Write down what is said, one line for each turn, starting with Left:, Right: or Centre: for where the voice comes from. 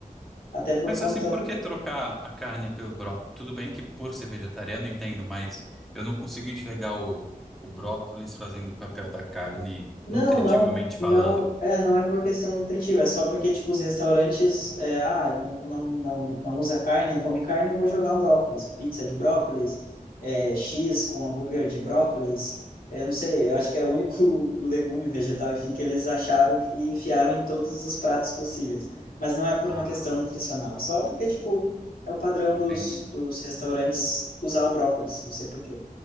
Left: até por
Centre: Mas
Left: conta
Centre: assim, por que trocar a carne pelo brócolis? Tudo bem que por ser vegetariano entendo, mas eu não consigo enxergar o, o brócolis fazendo o papel da carne,
Left: Não,
Centre: nutritivamente
Left: não, não,
Centre: falando.
Left: é, não é por questão nutritiva, é só porque, tipo, os restaurantes, é, ah, não, não, não, não usa carne, não come carne, eu vou jogar um brócolis, pizza de brócolis, é, X com hambúrguer de brócolis, É, eu não sei, eu acho que é o único <laughs> legume vegetal que que eles acharam e enfiaram em todos os pratos possíveis, mas não é por
Centre: Ah,
Left: uma questão nutricional, é só porque, tipo, é o padrão
Centre: entendi.
Left: dos, dos restaurantes usar o brócolis, não sei por quê